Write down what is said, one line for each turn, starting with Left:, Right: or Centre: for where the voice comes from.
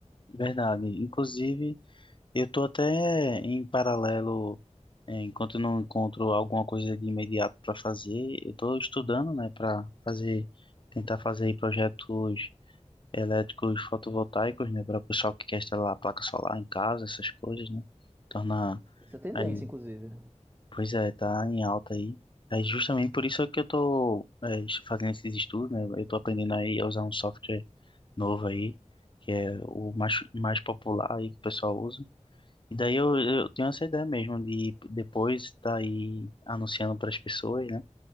Left: Verdade. Inclusive, eu tô até em paralelo, eh, enquanto eu não encontro alguma coisa de imediato para fazer, eu tô estudando, né, para fazer, tentar fazer aí projetos elétricos fotovoltaicos, né, para o pessoal que quer instalar a placa solar em casa, essas coisas, né? Tornar
Right: Isso é tendência,
Left: aí
Right: inclusive.
Left: Pois é, tá em alta aí. É justamente por isso que eu tô é, es- fazendo esses estudos, né? Eu tô aprendendo aí a usar um software novo aí, que é o mais, mais popular aí que o pessoal usa. E daí eu, eu tenho essa ideia mesmo de depois estar aí anunciando para as pessoas, né?